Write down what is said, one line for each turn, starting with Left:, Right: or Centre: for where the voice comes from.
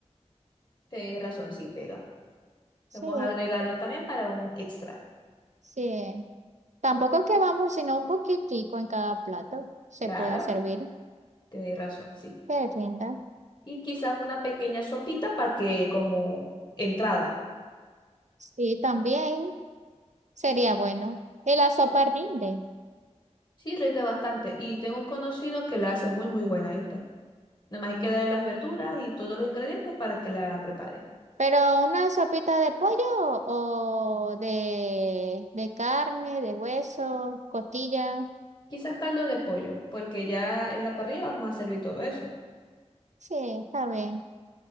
Left: tenéis razón, sí pega.
Right: Sí,
Left: Vamos a agregarlo también para un extra.
Right: sí. Tampoco es que vamos, sino un poquitico en cada plato. Se
Left: Claro,
Right: puede servir,
Left: tenéis razón, sí.
Right: que rinda.
Left: y quizás una pequeña sopita para que como entrada.
Right: Sí, también sería
Left: Mm.
Right: bueno. Y la sopa rinde.
Left: Sí, rinde bastante. Y tengo un conocido que la hace muy, muy buena esta. Nada más hay que darle las verduras y todos los ingredientes para que la prepare.
Right: Pero una sopita de pollo o de, de carne, de hueso, costilla.
Left: Quizás caldo de pollo, porque ya en la parrilla vamos a servir todo eso.
Right: Sí, está bien.